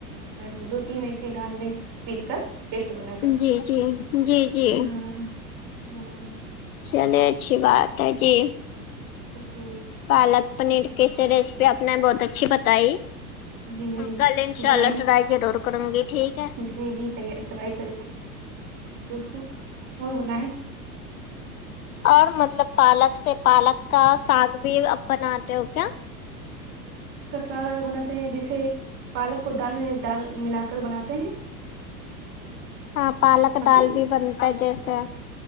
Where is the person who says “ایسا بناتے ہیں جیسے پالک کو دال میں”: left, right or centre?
Right